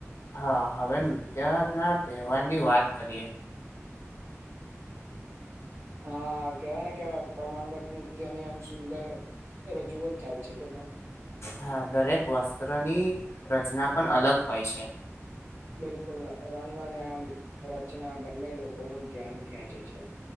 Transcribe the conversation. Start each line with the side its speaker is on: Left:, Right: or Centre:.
Left: હા હવે ત્યાં ના તહેવાર ની વાત કરીએ.
Right: હા કેવાય ને કે પ્રમાંંગત નૃત્યની આમ સુંદર રજૂ જ થાય છે કે
Left: હા દરેક વસ્ત્રની રચના પણ અલગ હોય છે.
Right: બિલકુલ રંગ અને આમ રચના બંને લોકો ન ધ્યાન ખેંચે છે.